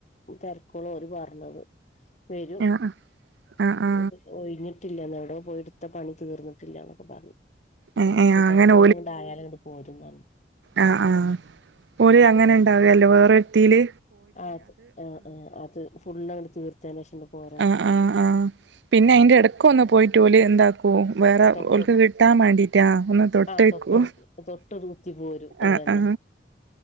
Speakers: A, on the left; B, on the right.
A: തെരെക്കൂന്ന ഓര് പർഞ്ഞത് വെരും
B: ആ ആ
A: ഇങ്ങോട്ടേക്ക്
B: ആ
A: ഒയ്ഞ്ട്ട്ല്ലന്ന് അവടെ പോയി ട്ത്ത പണി തീർന്നിട്ടില്ലാന്നൊക്കെ പർഞ്
B: ഏ
A: ഇട്ത്ത്ക്കാണ്ട്
B: ഏ അങ്ങനെ
A: ഫുള്ള്ങ്ങട്ടായാല് ഇങ്ങട്ട് പോരും ന്ന് പർഞ്
B: ആഹ് ആഹ് ഓല് അങ്ങൻണ്ടാവല്ലോ വേറൊര്ത്തില്
A: ആഹ് അത് ആഹ് ആഹ് അത് ഫുളളങ്ങട്ട് തീർത്തേന് ശേഷം ഇങ്ങട്ട് പോരാച്ച്ട്ടാണത്
B: ആഹ് ആഹ് ആഹ് പിന്നെ അയ്ൻ്റെടയ്ക്കൊന്ന് പോയിട്ടോല് എന്താ പോവും വേറെ
A: തൊട്ട്
B: ഓൽക്ക് കിട്ടാൻ വാണ്ടിട്ടാ ഒന്ന് തൊട്ടേക്കും
A: ആ തൊട്ടടു തൊട്ടൊരു കുത്തി പോരും അതന്നെ
B: ആ ആ